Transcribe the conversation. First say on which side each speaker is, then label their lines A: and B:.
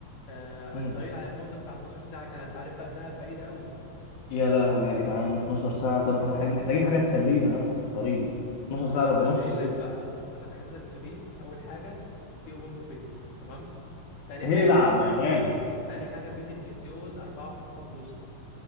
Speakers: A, on the left; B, on the left.
A: آه
B: مم.
A: الطريق هياخد له بتاع 12 ساعة كان انت عارف بقى دهب بعيدة قوي
B: يا لهوي يا جدعان 12 ساعة طب احنا حاج- محتاجين حاجة تسلينا يا اسطى في الطريق 12 ساعة
A: ما انا
B: ده ده نص
A: قايل
B: يوم
A: لك بقى ما انا حاجز لك اتوبيس اول حاجة في اوبن بوفيه تمام تاني
B: ايه،
A: حاجة
B: العب يا غالي
A: تاني حاجة في تلفزيون 54 بوصة